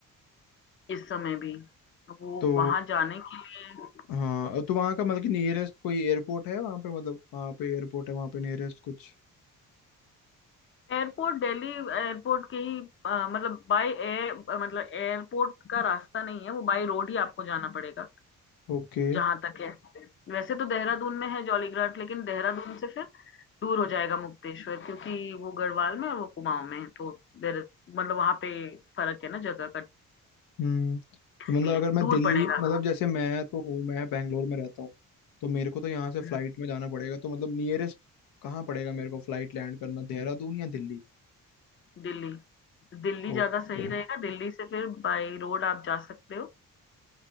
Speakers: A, on the left; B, on the left.
A: इस समय भी वो
B: तो
A: वहां जाने के लिए
B: हाँ तो वहाँ का मतलब कि नियरेस्ट कोई एयरपोर्ट है वहाँ पे मतलब कहाँ पे एयरपोर्ट है वहाँ पे नियरेस्ट कुछ
A: एयरपोर्ट दिल्ली एयरपोर्ट के ही अ, मतलब बाय एयर मतलब एयरपोर्ट का रास्ता नहीं है वो बाय रोड ही आपको जाना पड़ेगा
B: ओके
A: जहां तक है वैसे तो देहरादून में है जॉलीग्रांट लेकिन देहरादून से फिर दूर हो जाएगा मुक्तेश्वर क्योंकि वो गढ़वाल में और वो कुमाऊं में है तो देर मतलब वहां पे फर्क है ना जगह का
B: हम्म
A: इसलिए
B: तो मतलब अगर मैं
A: दूर
B: दिल्ली
A: पड़ेगा
B: मतलब जैसे मैं तो हूँ मैं बैंगलोर में रहता हूँ तो मेरे को तो यहाँ
A: हम्म,
B: से फ्लाइट में जाना पड़ेगा तो मतलब नियरेस्ट कहाँ पड़ेगा मेरे को फ्लाइट लैंड करना देहरादून या दिल्ली
A: दिल्ली दिल्ली ज्यादा
B: ओके
A: सही रहेगा दिल्ली से फिर बाय रोड आप जा सकते हो